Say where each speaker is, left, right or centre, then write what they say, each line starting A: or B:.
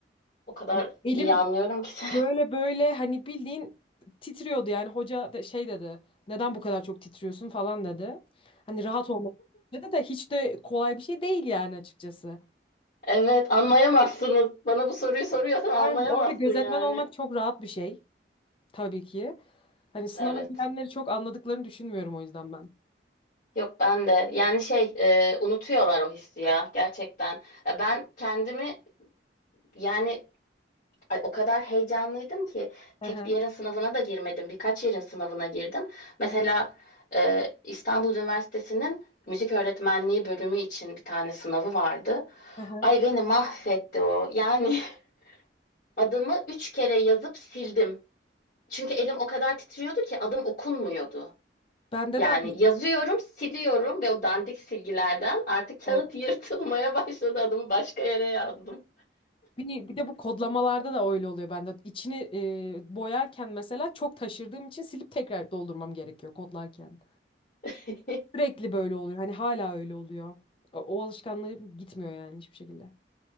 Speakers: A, on the left (about 50°); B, on the left (about 30°).
A: O kadar
B: Hani elim
A: iyi anlıyorum ki <laughs> seni.
B: Böyle böyle hani bildiğin titriyordu yani hoca da şey dedi neden bu kadar çok titriyorsun falan dedi. Hani rahat olmak dedi de hiç de kolay bir şey değil yani açıkçası.
A: Evet, anlayamazsınız. Bana bu soruyu soruyorsan anlayamazsın
B: Aynen orada gözetmen
A: yani.
B: olmak çok rahat bir şey tabii ki. Hani sınava
A: Evet.
B: girenleri çok anladıklarını düşünmüyorum o yüzden ben.
A: Yok ben de. Yani şey, e, unutuyorlar o hissi ya gerçekten. Ya ben kendimi yani ay, o kadar heyecanlıydım ki
B: Hı
A: tek
B: hı,
A: bir yerin sınavına da girmedim. Birkaç yerin sınavına girdim. Mesela
B: hı hı,
A: e, İstanbul Üniversitesi'nin müzik öğretmenliği bölümü için bir tane sınavı vardı.
B: hı hı.
A: Ay beni mahvetti o. Yani <laughs> adımı üç kere yazıp sildim. Çünkü elim o kadar titriyordu ki adım okunmuyordu.
B: Bende
A: Yani
B: de aynı. şey,
A: yazıyorum, siliyorum ve o dandik silgilerden artık kağıt
B: Evet.
A: <laughs> yırtılmaya başladı. Adımı başka yere yazdım.
B: Bir, bir de bu kodlamalarda da öyle oluyor bende. İçini e, boyarken mesela çok taşırdığım için silip tekrar doldurmam gerekiyor kodlarken.
A: <laughs>
B: Sürekli böyle oluyor. Hani hala öyle oluyor. O, o alışkanlığı gitmiyor yani hiçbir şekilde.